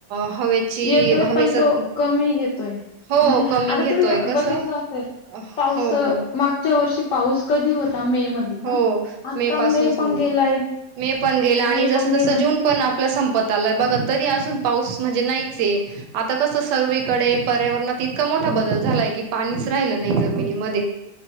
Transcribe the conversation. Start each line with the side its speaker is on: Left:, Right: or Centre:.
Right: हवेची
Left: येतोय,
Right: हवेचा
Left: पण तो कमी येतोय.
Right: हो
Left: म्हणजे
Right: कमी
Left: आता
Right: घेतोय
Left: तुम्ही
Right: कसं
Left: बघितलं असेल,
Right: हो,
Left: पाऊस
Right: हो,
Left: मागच्या वर्षी पाऊस कधी होता? मे मध्ये हा.
Right: हो
Left: आता मे
Right: पासून सुरू
Left: पण गेलाय
Right: मे पण गेला आणि
Left: मे
Right: जस-जस,
Left: पण गेला.
Right: जून पण आपल्या संपत आला, बघा तरी अजून पाऊस म्हणजे नाहीचये. आता कस सरवीकडे पर्यावरणात इतका मोठा बदल झालाय, की पाणीच राहिलं नाही, जमिनीमध्ये.